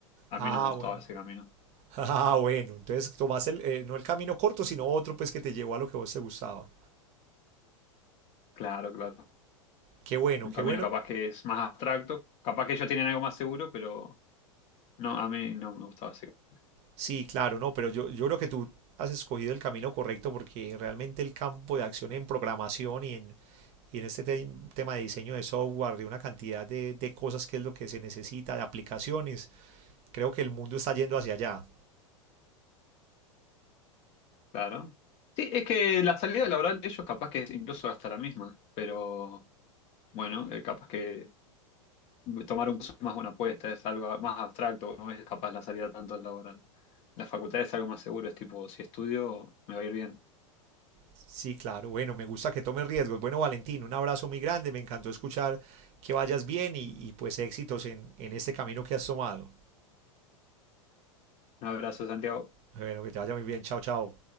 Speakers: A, on the left; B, on the right.
A: A
B: Ah,
A: mí no me gustaba
B: bueno.
A: ese
B: <laughs>
A: camino.
B: Ah, bueno, entonces tomaste el, eh, no el camino corto, sino otro pues que te llevó a lo que a vos te gustaba.
A: Claro, claro.
B: Qué bueno,
A: Un
B: qué
A: camino
B: bueno.
A: capaz que es más abstracto, capaz que ellos tienen algo más seguro, pero no, a mí no me gustaba ese camino.
B: Sí, claro, no, pero yo, yo creo que tú has escogido el camino correcto porque realmente el campo de acción en programación y en, Y en este te- tema de diseño de software, de una cantidad de, de cosas que es lo que se necesita, de aplicaciones, creo que el mundo está yendo hacia allá.
A: Claro. Sí, es que la salida laboral de ellos capaz que es incluso hasta la misma, pero bueno, eh, capaz que Tomar un curso es más una apuesta, es algo más abstracto, no es capaz la salida tanto laboral. La facultad es algo más seguro, es tipo, si estudio, me va a ir bien.
B: Sí, claro, bueno, me gusta que tomes riesgos. Bueno, Valentín, un abrazo muy grande, me encantó escuchar que vayas bien y, y pues éxitos en, en este camino que has tomado.
A: Un abrazo, Santiago.
B: Bueno, que te vaya muy bien, chao, chao.